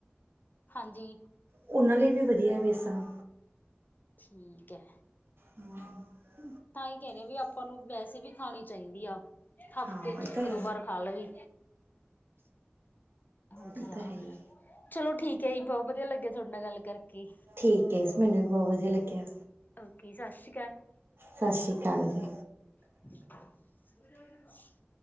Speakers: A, on the left; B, on the right.
A: ਹਾਂਜੀ
B: ਉਹਨਾਂ ਲਈ ਵੀ ਵਧੀਆ ਵੇਸਣ
A: ਠੀਕ ਹੈ
B: ਹਮ <unintelligible>
A: ਤਾਂ ਹੀ ਕਹਿਰੀ ਆ, ਵੀ ਆਪਾਂ ਨੂੰ ਵੈਸੇ ਵੀ ਖਾਣੀ ਚਾਹੀਦੀ ਆ ਹਫ਼ਤੇ
B: ਹਾਂ
A: ਚ
B: ਇਹ
A: ਇੱਕ
B: ਤਾਂ ਹੈ,
A: ਦੋ ਵਾਰ ਖਾ ਲਈ ਹਾਂਜੀ
B: ਇਹ
A: ਹਾਂ,
B: ਤਾਂ ਹੈ ਹੀ।
A: ਚਲੋ ਠੀਕ ਹੈ ਜੀ, ਬਹੁਤ ਵਧੀਆ ਲੱਗੇਆ ਤੁਹਾਡੇ ਨਾਲ ਗੱਲ ਕਰਕੇ
B: ਠੀਕ ਹੈ, ਮੈਨੂੰ ਵੀ ਬਹੁਤ ਵਧੀਆ ਲੱਗਿਆ
A: ਓਕੇ ਸਤਿ ਸ਼੍ਰੀ ਅਕਾਲ
B: ਸਤਿ ਸ੍ਰੀ ਅਕਾਲ ਜੀ
A: <inaudible>